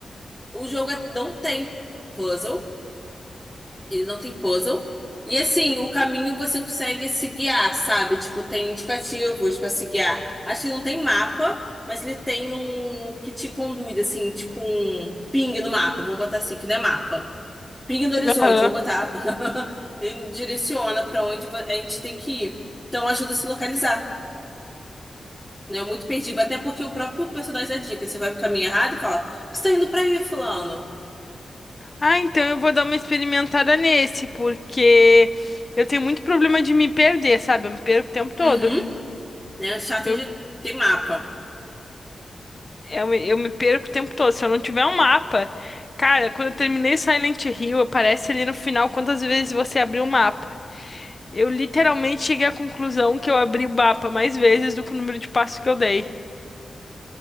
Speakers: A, in the centre; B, on the left.
A: O jogo é- não tem puzzle. Ele não tem puzzle. E assim, o caminho você consegue se guiar, sabe? Tipo, tem indicativos pra se guiar. Acho que não tem mapa, mas ele tem um que te conduz, assim, tipo um ping no mapa. Vamos botar assim, que não é mapa. Ping no horizonte,
B: Aham.
A: vou botar. <laughs> Ele direciona pra onde va- a gente tem que ir. Então ajuda a se localizar. Não é muito perdido, até porque o próprio personagem dá dica. Você vai pro caminho errado e fala: Você tá indo pra aí, fulano.
B: Ah, então eu vou dar uma experimentada nesse, porque eu tenho muito problema de me perder, sabe? Eu me perco o tempo todo.
A: Uhum. Né? O Uncharted
B: Eu,
A: tem mapa.
B: eu, me eu me perco o tempo todo. Se eu não tiver um mapa. Cara, quando eu terminei Silent Hill, aparece ali no final quantas vezes você abriu o mapa. Eu literalmente cheguei à conclusão que eu abri o mapa mais vezes do que o número de passos que eu dei.